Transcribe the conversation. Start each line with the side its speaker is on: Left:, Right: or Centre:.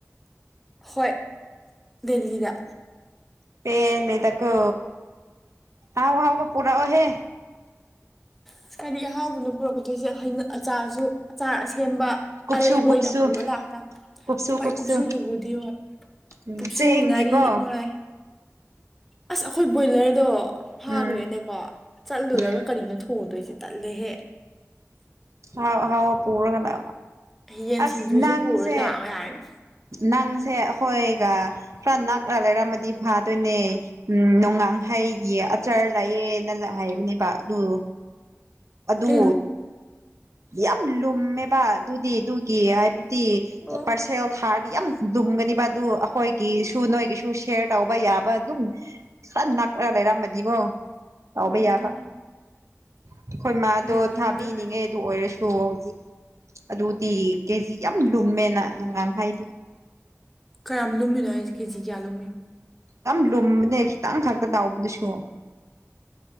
Centre: ꯍꯣꯏ ꯗꯦꯜꯂꯤꯗ
Right: ꯄ ꯂꯩ ꯇꯀ ꯑ ꯑꯥꯎ ꯄꯨꯔ ꯑꯣꯍꯦ
Centre: ꯑꯁ ꯀꯗꯤ ꯑꯍꯥꯎꯕꯅ ꯄꯨꯔꯛꯀꯗꯣꯏꯁꯦꯩꯅ ꯑꯆꯥꯔꯁꯨ ꯑꯆꯥꯔ ꯑꯁꯦꯝꯕ
Right: ꯀꯨꯞꯁꯨ
Centre: ꯑꯔꯩꯕ
Right: ꯀꯨꯞꯁꯨ
Centre: ꯑꯣꯏꯅ ꯄꯨꯔ ꯂꯥꯛꯇ
Right: ꯀꯨꯞꯁꯨ
Centre: ꯍꯣꯏ
Right: ꯀꯨꯞꯁꯨ
Centre: ꯀꯨꯞꯁꯨꯗꯨꯕꯨꯗꯤ ꯍꯣꯏ
Right: ꯎꯝ
Centre: ꯄꯨꯛꯁꯨ
Right: ꯆꯦꯡꯒꯤꯀꯣ
Centre: ꯉꯥꯔꯤ ꯃꯉꯥ ꯑꯁ ꯑꯩꯈꯣꯏ ꯕꯣꯏꯂꯔꯗꯣ ꯐꯥꯈ꯭ꯔꯦꯅꯦꯀꯣ
Right: ꯎꯝ
Centre: ꯆꯠꯂꯨꯔꯒ
Right: ꯎꯝ
Centre: ꯊꯨꯗꯣꯏꯁꯦ ꯇꯠꯂꯦꯍꯦ
Right: ꯍꯥꯎ ꯍꯥꯎ ꯄꯔ ꯀꯅꯥ
Centre: ꯌꯦꯟ
Right: ꯑꯁ
Centre: ꯁꯤꯡꯖꯨꯁꯨ
Right: ꯅꯪꯁꯦ
Centre: ꯄꯨꯔ ꯂꯥꯛꯑꯣ ꯌꯥꯔꯅꯤ
Right: ꯅꯪꯁꯦ ꯑꯩꯈꯣꯏ ꯈꯔ ꯅꯛꯂ ꯂꯩꯔꯝꯃꯗꯤ ꯐꯥꯗꯣꯏꯅꯦ ꯎꯝ ꯅꯣꯡꯉꯥꯡ ꯍꯩꯒꯤ ꯆꯔ ꯂꯥꯛꯑꯦꯅ ꯍꯥꯏꯕꯅꯦꯕ ꯑꯗꯨ ꯑꯗꯨ
Centre: ꯍ
Right: ꯌꯥꯝ ꯂꯨꯝꯃꯦꯕ ꯑꯗꯨꯗꯤ ꯑꯗꯨꯒꯤ ꯍꯥꯏꯕꯗꯤ
Centre: ꯑꯣ
Right: ꯄꯔꯁꯅꯦꯜ ꯍꯥꯔꯠ ꯌꯥꯝ ꯂꯨꯝꯒꯅꯤꯕ ꯑꯗꯨ ꯑꯩꯈꯣꯏꯒꯤꯁꯨ ꯅꯣꯏꯒꯤꯁꯨ ꯁꯦ ꯎꯕ ꯌꯥꯕ ꯑꯗꯨꯝ ꯁꯝ ꯅꯅꯥꯄ ꯂꯩꯔꯝꯕꯗꯤꯕꯣ ꯇꯥꯎꯕ
Centre: ꯎꯝ
Right: ꯌꯥꯕ ꯑꯩꯈꯣꯏ ꯃꯥꯗꯣ
Centre: ꯌꯥꯔꯔꯣꯏ
Right: ꯊꯥꯕꯤꯅꯤꯡꯉꯦ ꯑꯗꯨ ꯑꯣꯏꯔꯁꯨ ꯑꯣ ꯍꯧꯖꯤꯛ ꯑꯗꯨꯗꯤ ꯀꯦꯖꯤ ꯌꯥꯝ ꯂꯨꯝꯃꯦꯅ ꯅꯨꯡꯉꯥꯟ ꯍꯥꯏꯗꯤ
Centre: ꯀꯌꯥꯝ ꯂꯨꯝꯃꯤꯅꯣ ꯑꯩꯁꯦ ꯀꯦꯖꯤ ꯀꯌꯥ ꯂꯨꯝꯃꯤꯅꯣ
Right: ꯌꯥꯝ ꯂꯨꯝꯕꯅꯦ ꯈꯤꯇꯪ ꯈꯛꯇ ꯇꯥꯎꯕꯗꯨꯁꯨ